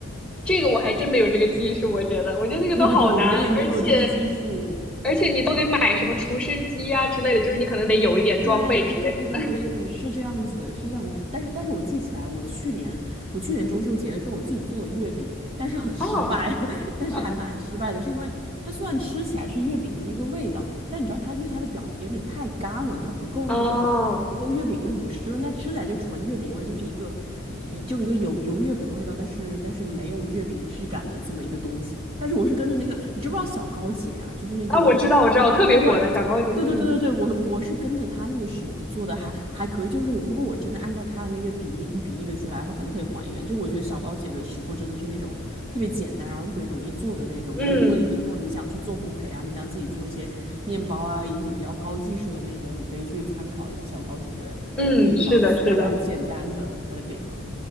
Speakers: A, in the centre; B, on the right.
A: 这个我还真没有这个技术，我觉得，我觉得那个都好难，
B: 对对对，我也没有这个技术，
A: 而且而且你都得买什么厨师机啊之类的，就是你可能得有一点装备之类的。
B: 对对对对对对对对，是这样子的，是这样。但是但是我记起来，我去年我去年中秋节的时候，我自己做了月饼，但是很失败，
A: 哦，
B: <laughs> 但是还蛮失败的，
A: 呃，
B: 是因为它虽然吃起来是月饼的那个味道，但你知道它因为它的表皮有点太干了，它不够那种不够月饼那种湿润，
A: 哦，
B: 但吃起来就纯月饼味，就是一个一就一个有有月饼味道，但是但是没有月饼质感的这么一个东西。但是我是跟着那个，你知不知道小高姐啊？就是那个。
A: 啊，我知道，我知道，特别火的小高姐，
B: 对，对对对对对，
A: 嗯
B: 我我是跟着他那个食谱做的还，还可以。就是如果我真的按照他的那个比例一比一的去来的话，肯定可以还原。就我觉得小高姐的食谱真的是那种特别简单，然后特别容易做的那种。
A: 嗯
B: 如如果你之后你想去做烘焙啊，你想自己做一些面包啊，一些比较高技术的那种，你可以去参考一下小高姐的配方，
A: 嗯，是的，是的。
B: 还蛮简单的，她的配方。